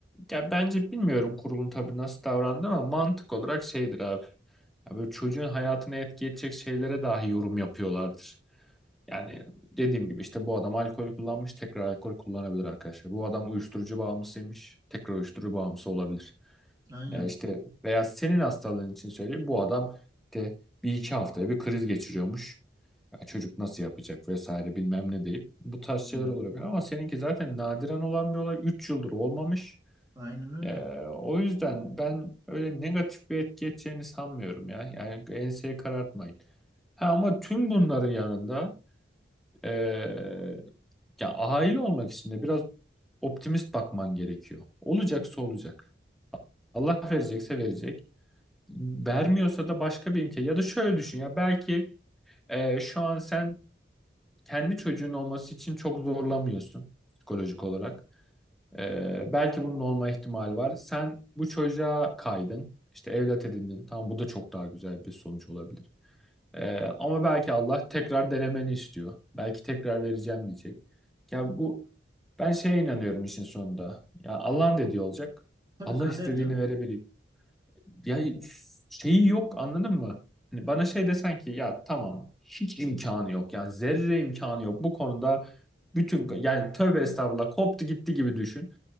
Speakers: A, in the centre; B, on the right.
A: ya bence bilmiyorum kurulun tabii nasıl davrandı ama mantık olarak şeydir abi. Ya böyle çocuğun hayatına etki edecek şeylere dahi yorum yapıyorlardır. Yani dediğim gibi işte bu adam alkol kullanmış tekrar alkol kullanabilir arkadaşlar. Bu adam uyuşturucu bağımlısıymış tekrar uyuşturucu bağımlısı olabilir.
B: Aynen.
A: E işte veya senin hastalığın için söyleyeyim bu adam işte bir iki haftaya bir kriz geçiriyormuş. Ya çocuk nasıl yapacak vesaire bilmem ne deyip bu tarz
B: Aynen,
A: şeyler olabilir ama seninki zaten nadiren olan bir olay 3 yıldır olmamış.
B: Aynen öyle.
A: E, o yüzden ben öyle negatif bir etki edeceğini sanmıyorum ya. Yani enseyi karartmayın. Ha ama tüm bunların yanında ee, ya aile olmak için de biraz optimist bakman gerekiyor. Olacaksa olacak. Allah verecekse verecek. Vermiyorsa da başka bir imkan. Ya da şöyle düşün ya belki e, şu an sen kendi çocuğun olması için çok zorlamıyorsun psikolojik olarak. Ee, belki bunun olma ihtimali var. Sen bu çocuğa kaydın. işte evlat edindin. Tamam bu da çok daha güzel bir sonuç olabilir. Ee, ama belki Allah tekrar denemeni istiyor. Belki tekrar vereceğim diyecek. Ya bu ben şeye inanıyorum işin sonunda. Ya Allah'ın dediği olacak.
B: Tabii
A: Allah
B: kader
A: istediğini
B: canım.
A: verebiliyor. Ya şeyi yok anladın mı? Hani bana şey desen ki ya tamam hiç imkanı yok. Yani zerre imkanı yok. Bu konuda bütün yani tövbe estağfurullah koptu gitti gibi düşün.